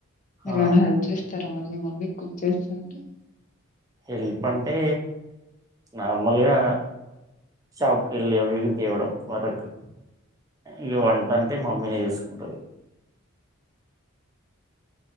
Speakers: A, on the left; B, on the right.
A: మీరు
B: ఆ
A: ఏమైనా హెల్ప్ చేస్తారా మరి మీ మమ్మీ కుర్చ చేస్తా అంటడి
B: హెల్ప్ అంటే నార్మల్గా షాప్ క వెళ్ళకి తవడం వరకు ఇక వంట అంటే మమ్మీని చూసుకుంటది